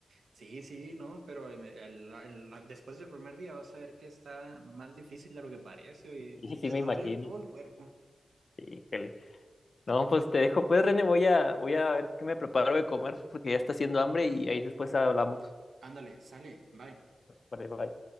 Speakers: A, on the right (about 85°); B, on the left (about 40°).
A: Sí, sí, no, pero el- el- el- después del primer día vas a ver que está más difícil de lo que parece y
B: Sí, sí
A: te
B: me
A: va
B: imagino.
A: a doler todo el cuerpo.
B: Híjole. No, pues te dejo, pues René, voy a, voy a ver qué me preparo de comer porque ya está haciendo hambre y ahí después hablamos.
A: Ándale, sale, bye.
B: Vale, bye.